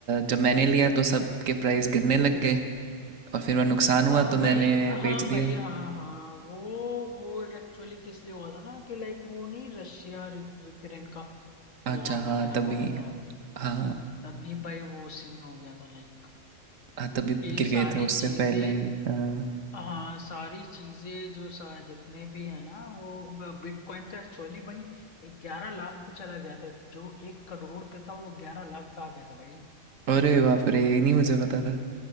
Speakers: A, on the right; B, on the left.
A: जब मैंने लिया तो सब के प्राइस गिरने लग गए और फिर मेरा नुकसान
B: हाँ
A: हुआ तो
B: भाई
A: मैंने
B: हाँ
A: बेच दिया
B: भाई हाँ हाँ वो वो एक्चुअली किस लिए हुआ था ना कि लाइक वो नहीं रशिया और यूक्रेन का
A: अच्छा
B: वॉर
A: हाँ
B: वगैरह
A: तभी
B: हो रहा था
A: हाँ
B: तभी भाई वो सीन हो गया था लाइक
A: हाँ तभी
B: कि ये
A: गिर
B: सारी
A: गए थे उससे
B: चीजें
A: पहले हाँ
B: हाँ सारी चीजें जो सारे जितने भी है ना वो बिटकॉइन तो एक्चुअली भाई ग्यारह लाख पे चला गया था जो एक करोड़ पे था वो ग्यारह लाख पे आ गया था भाई
A: अरे बाप रे ये नहीं मुझे पता था